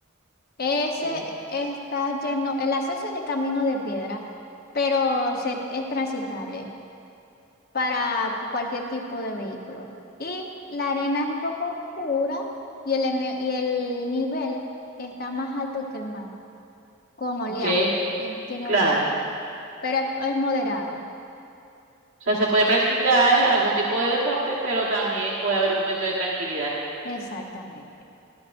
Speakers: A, on the left; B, on the right.
A: Ese
B: ok,
A: está lleno, el acceso es de camino de piedra, pero se- es transitable para cualquier tipo de vehículo. Y la arena es un poco oscura y el, ene- y el nivel está más alto que el mar, con oleaje,
B: ok,
A: es- tiene
B: claro.
A: oleaje, pero es, es moderado.
B: O sea, se puede practicar algún tipo de deporte, pero también puede haber un momento de tranquilidad.
A: Exactamente.